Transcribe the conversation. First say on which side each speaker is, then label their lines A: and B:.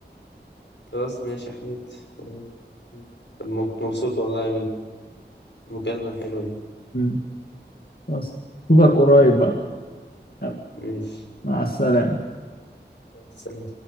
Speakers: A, on the left (about 90°); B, on the left (about 55°).
A: خلاص ماشي يا حميد آه، كنت مبسوط والله بالمكالمة الحلوة دي
B: مم. خلاص اشوفك قريب بقى يلا،
A: ماشي
B: مع السلامة
A: سلام